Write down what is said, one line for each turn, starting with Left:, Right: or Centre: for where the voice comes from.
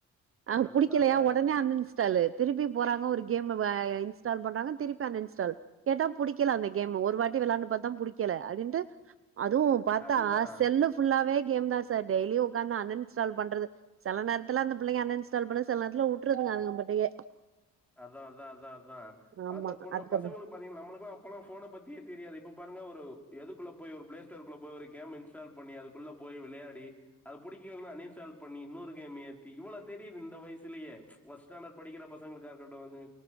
Right: அங்
Centre: அதுதாங்க
Right: புடிக்கலையா உடனே அன்இன்ஸ்டாலு திருப்பி போறாங்க ஒரு கேமுவே இன்ஸ்டால் பண்றாங்க திருப்பி அன் இன்ஸ்டால் கேட்டா புடிக்கல அந்த கேம் ஒரு வாட்டி வெளாண்டு பாத்தா புடிக்கல அப்டின்ட்டு அதுவு பாத்தா
Centre: அதுதான்
Right: செல்லு ஃபுல்லாவே கேம் தா சார் டெய்லியு உக்காந்து அன் இன்ஸ்டால் பண்றது செல நேர்த்துல அந்த பிள்ளைங்க அன் இன்ஸ்டால் பண்ணுது செல நேர்த்துல உட்ருங்க அதுங்க அப்டியே
Centre: அதா அதா அதா அதா
Right: ஆமா
Centre: அந்த பொண்ணு
Right: அதுக்கப்
Centre: பசங்களுக்கு பாத்திங்னா நம்மளுக்கெல்லா அப்பல்லா ஃபோன பத்தியே தெரியாது இப்ப பாருங்க ஒரு எதுக்குள்ள போய் ஒரு ப்ளே ஸ்டோருக்குள்ள போய் ஒரு கேம் இன்ஸ் டால் பண்ணி அதுக்குள்ள போய் விளையாடி அது புடிக்கலனா அன்இன்ஸ்டால் பண்ணி இன்னோரு கேம் ஏத்தி இவ்ளோ தெரிது இந்த வய்சிலேயே ஃபஸ்ட் ஸ்டாண்டட் படிக்கிற பசங்களுக்கு இதா இருக்கட்டு வந்து